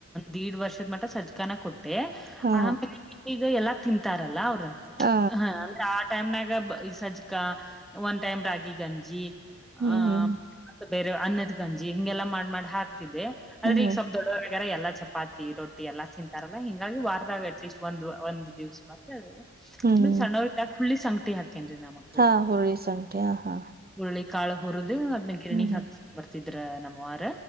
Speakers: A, in the centre; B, on the right (about 30°).
A: ದೀಡ್ ವರ್ಷದ ಮಟ್ಟ ಸಜ್ಕನ ಕೊಟ್ಟೆ
B: ಹಾ
A: ಆಮೇಲೆ ಈಗ ಎಲ್ಲಾ ತಿಂತಾರಲ್ಲ ಅವ್ರ
B: ಹಾ
A: ಹ ಅಂದ್ರೆ ಆ ಟೈಮ್ನಾಗ ಸಜ್ಜಕಾ ಒಂದ್ ಟೈಮ್ ರಾಗಿ ಗಂಜಿ
B: ಹ್ಮ್
A: ಆ ಬೇರೆ ಅನ್ನದ್ ಗಂಜಿ ಹಿಂಗೆಲ್ಲಾ ಮಾಡ್ ಮಾಡಿ ಹಾಕ್ತಿದ್ದೆ ಆದ್ರೆ
B: ಹ್ಮ್
A: ಈಗ ಸ್ವಪ್ ದೊಡ್ಡವರಗ್ಯಾರ ಎಲ್ಲ ಚಪಾತಿ ರೊಟ್ಟಿ ಎಲ್ಲಾ ತಿಂತಾರಲ್ಲಾ ಹಿಂಗಾಗಿ ವಾರದಾಗ ಅಟ್ಲೀಸ್ಟ್ ಒಂದು ಒಂದು ದಿವಸ ಮ
B: ಹ್ಮ್
A: ಆಮೇಲೆ ಸಣ್ಣ ಹುಳ್ಳಿ ಸಂಕಟಿ ಹಾಕೇನ್ೀ ನಮ
B: ಹಾ ಹುಳಿ ಸಂಗಟಿ ಹ ಹಾ
A: ಉುರುಳಿ ಕಾಳು ಹುಿದ್ ಅದ್ನ ಗಿರ್ರಣಿ
B: ಹ್ಮ್
A: ಹಾಕಸ್ಕೊಂಡ್ ಬರ್ತಿದ್ರ ನಮ್ಮ್ವಾರ